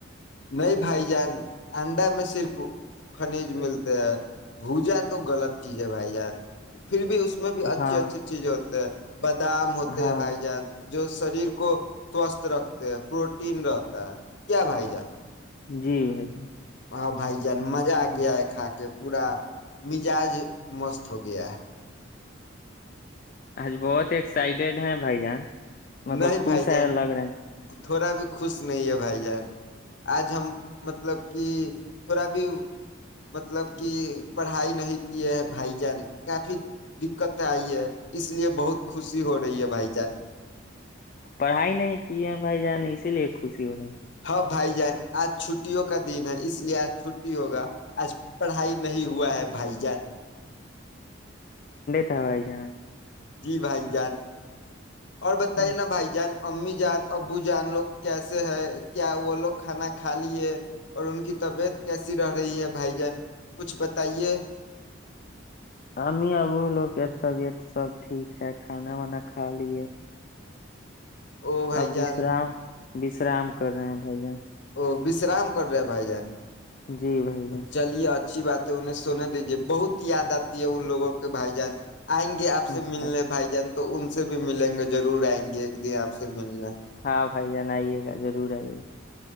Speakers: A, on the left (about 60°); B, on the left (about 45°).
A: نہیں بھائی جان انڈا میں صرف خنیج ملتے ہے بھوجا تو غلط چیز ہے بھائی جان پھر بھی اس میں بھی اچھی
B: ہاں
A: اچھی چیزیں ہوتی ج بادام ہوتے
B: ہاں
A: ہیں بھائی جان جو شریر کو سوستھ رکھتے ہیں پروٹین رہتا ہے کیا بھائی جار
B: جی بھائی ج
A: ہاں بھائی جان مزہ آ گیا ہے کھا کے پورا مزاج مست ہو گیا ہے
B: اچج بہت ایکسائٹیڈ ہیں بائی جان مطلب
A: نہیں
B: خوش
A: بھائی جان
B: ہیں لگ رہے ہیں
A: تھوڑا بھی خوش نہیں ہے بھائی جان آج ہم مطلب کہ تھوڑا بھی مطلب کہ پڑھائی نہیں کیے ہیں بھائی جان کافی دقت آئی ہے اس لیے بہت خوشی ہو رہی ہے بھائی جان
B: پڑھائی نہیں کی ہے بھائی جان اسی لیے خوش ی ہو رہائی
A: ہاں بھائی جان آج چھٹیوں کا دن ہے اس لیے آج چھٹی ہوگا آج پڑھائی نہیں ہوا ہے بھائی جان
B: تا ہو جنا
A: جی بھائی جان اور بتائیے
B: ہوں
A: نا بھائی جان امی جان ابو جان لوگ کیسے ہے کیا وہ لوگ کھانا کھا لیے اور ان کی طبیعت کیسی رہ رہی ہے بھائی جان کچھ بتائیے
B: امی ابو لوگ کے طبیعت سب ٹھیک ہے کھانا وانا کھا لیے
A: او بھائی
B: ابشرام
A: جان
B: وشرام کر رہے ہیں بھائی جان
A: تو وشرام کر رہے ہیں بھائی جان
B: جی بھائی جان
A: چلیے اچھی بات ہے انہیں سنے دیجے بہت یاد آتی ہے ان لوگوں کے بھائی جان آئیں گے آپ سے
B: اچھا
A: ملنے بھائی جان تو ان سے بھی ملیں گے ضرور آئیں گے ایک دن آپ سے ملنا
B: ہاں بھائی جان آئیے گا ضرور آئیے گا